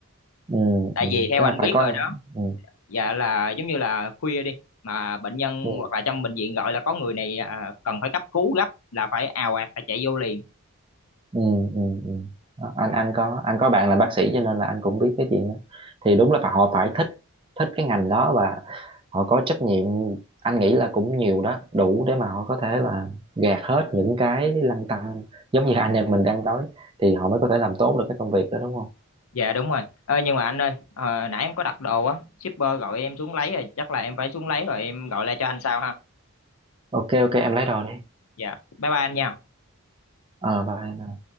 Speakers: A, on the right; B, on the left.
A: ừ,
B: Tại
A: ừ.
B: vì theo
A: tức
B: anh
A: là phải
B: biết
A: có
B: rồi đó,
A: ừ,
B: dạ là giống như là khuya đi mà bệnh nhân
A: ừ.
B: hoặc là trong bệnh viện gọi là có người này à, cần phải cấp cứu gấp là phải ào ạt phải chạy vô liền
A: ừ, ừ, ừ. Đó, anh anh có anh có bạn là bác sĩ cho nên là anh cũng biết cái chuyện đó thì đúng là phải- họ phải thích thích cái ngành đó và họ có trách nhiệm anh nghĩ là cũng nhiều đó đủ để mà họ có thể là gạt hết những cái lăn tăn giống như anh em mình đang nói thì họ mới có thể làm tốt được cái công việc đó đúng không
B: Dạ đúng rồi. Ơ nhưng mà anh ơi, ờ, nãy em có đặt đồ á, shipper gọi em xuống lấy rồi, chắc là em phải xuống lấy rồi em gọi lại cho anh sau ha.
A: ok ok em lấy đồ đi
B: Dạ. Bye bye anh nha.
A: ờ bye